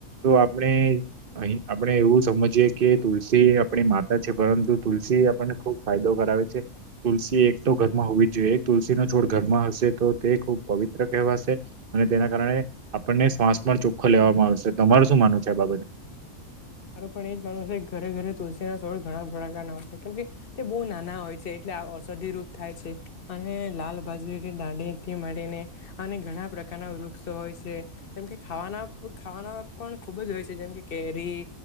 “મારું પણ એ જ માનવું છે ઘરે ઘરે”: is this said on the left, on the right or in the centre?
Left